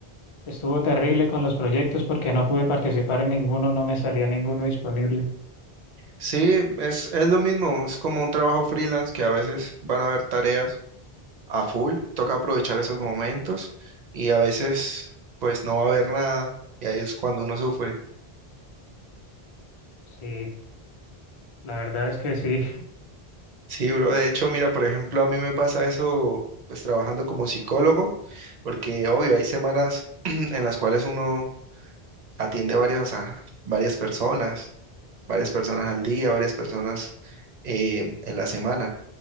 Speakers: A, on the left; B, on the right.
A: estuvo terrible con los proyectos porque no pude participar en ninguno, no me salía ninguno disponible.
B: Sí, es, es lo mismo, es como un trabajo freelance que a veces van a haber tareas a full, toca aprovechar esos momentos y a veces pues no va a haber nada y ahí es cuando uno sufre.
A: Sí, la verdad es que sí.
B: Sí, bro, de hecho, mira, por ejemplo, a mí me pasa eso pues trabajando como psicólogo, porque obvio, hay semanas <clears throat> en las cuales uno atiende varias, a varias personas, varias personas al día, varias personas eh, en la semana,